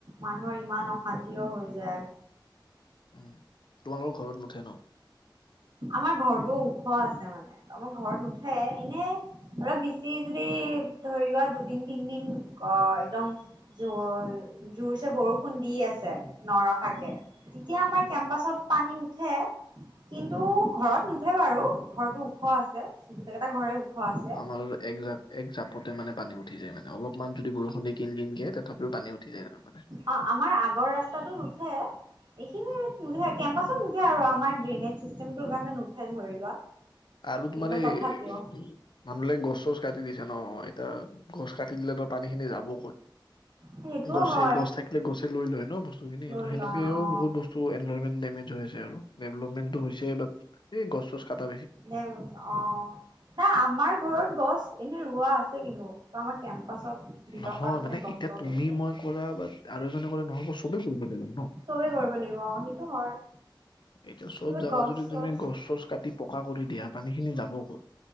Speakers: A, on the right; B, on the left.
A: মানুহৰ ইমান অশান্তিও হৈ যায়।
B: উম তোমালোকৰ ঘৰত নুঠে ন?
A: আমাৰ ঘৰতো ওখ আছে মানে আমাৰ ঘৰত নুঠে এনেই অলপ বেছি যদি ধৰি লোৱা দুদিন, তিনদিন অ একদম জোৰ জোৰছে বৰষুণ দি আছে নৰখাকে। তেতিয়া আমাৰ কেম্পাচত পানী উঠে।
B: <inaudible>
A: তো ঘৰত নুঠে বাৰু, ঘৰতো ওখ আছে গোটেইকেইটা ঘৰে ওখ আছে।
B: ভাল একজা এক জাপতে মানে পানী উঠি যায় মানে অলপমান যদি বৰষুণ দি কিন কিনকে তথাপিও পানী উ ঠি যায় তাৰমানে।
A: অ আমাৰ আগৰ ৰাস্তাটোত উঠে এইখিনি নুঠে কেম্পাচত সে আৰু আমাৰ ড্ৰেইনেজ চিষ্টেমটোৰ কাৰণে নুঠে ধৰি লোৱা।
B: আৰু তোমাৰ
A: কিন্তু
B: এই
A: তথাপিও
B: মানুহবিলাকে গছ - চছ কাটি দিছে ন এতিয়া গছ কাটি দিলেতো পানীখিনি যাব ক'ত?
A: সেইটোও
B: গছে
A: হয়
B: গছ থাকিলে গছে লৈ লয় ন বস্তুখিনি
A: লৈ
B: ত' সেনেকেও
A: লয় অ
B: বহুত বস চ এনভাইৰনমেন্ট ডেমেজ হৈ আছে আৰু ডেভলপমেণ্টো হৈছে বাট এই গছ - চছ কাটা
A: নে অ, নাই আমাৰ ঘৰত গছ এনেই ৰোৱা আছে কিন্তু আমাৰ কেম্প পাছত ভিতৰত
B: নহয়
A: মানে গছ
B: এতিয়া
A: - চছ
B: তুমি
A: হৈছে।
B: মই কৰা বা আৰু এজনে কৰা নহ'ব চবে কৰিব লাগিব ন?
A: চবেই কৰিব লাগিব অ সেইটো হয়।
B: এইটো চব
A: চবে
B: জাগা
A: গছ
B: যদি তুমি
A: চছ
B: গছ - চছ কাটি পকা কৰি দিয়া পানীখিনি যাব ক''ত?